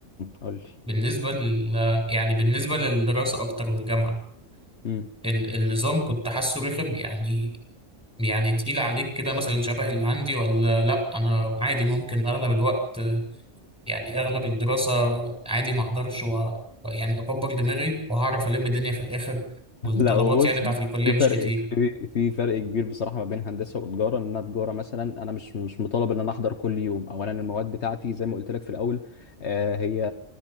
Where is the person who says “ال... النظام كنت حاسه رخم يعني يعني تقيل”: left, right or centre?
Centre